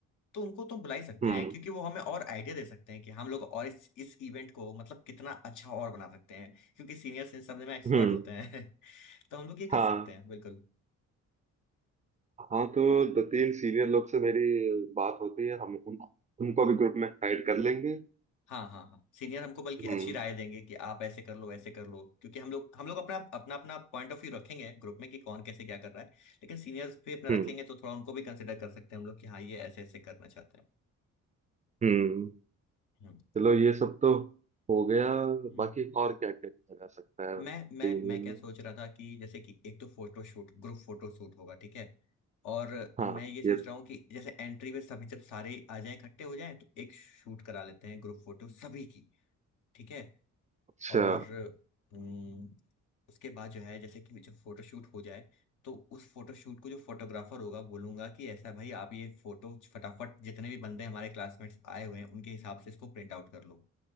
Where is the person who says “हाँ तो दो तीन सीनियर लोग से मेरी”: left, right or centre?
Right